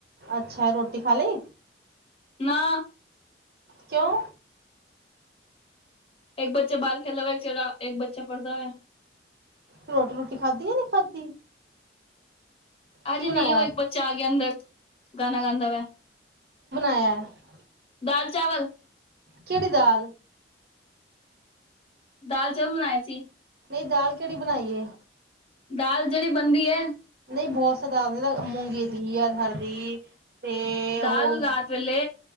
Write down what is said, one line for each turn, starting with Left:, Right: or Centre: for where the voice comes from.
Right: ਅੱਛਾ ਰੋਟੀ ਖਾ ਲਈ
Left: ਨਾ।
Right: ਕਿਉਂ?
Left: ਏਕ ਬੱਚਾ ਬਾਰ ਖੇਲਦਾ ਪਿਆ, ਏਕ ਚਲਾ-ਏਕ ਬੱਚਾ ਪੜ੍ਹਦਾ ਪਿਆ।
Right: ਰੋਟੀ-ਰੂਟੀ ਖਾਧੀ ਏ ਨੀਂ ਖਾਧੀ?
Left: ਅਜੇ
Right: ਕੀ ਬਣਾਇਆ
Left: ਨੀਂ, ਓ ਇੱਕ ਬੱਚਾ ਆ ਗਿਆ ਅੰਦਰ, ਗਾਣਾ ਗਾਂਦਾ ਪੈ।
Right: ਐ।
Left: ਦਾਲ-ਚਾਵਲ!
Right: ਕੇੜੀ ਦਾਲ?
Left: ਦਾਲ-ਚਾਵਲ ਬਣਾਏ ਸੀ।
Right: ਨਈ ਦਾਲ ਕੇੜੀ ਬਣਾਈ ਏ?
Left: ਦਾਲ ਜੇੜੀ ਬਣਦੀ ਐ।
Right: ਨਈਂ ਬਹੋਤ ਸ ਦਾਲ ਜਿੱਦਾਂ ਮੂੰਗੀ ਦੀ, ਅਰਹਰ ਦੀ। ਤੇ ਓਹ
Left: ਦਾਲ ਰਾਤ ਵੇਲੇ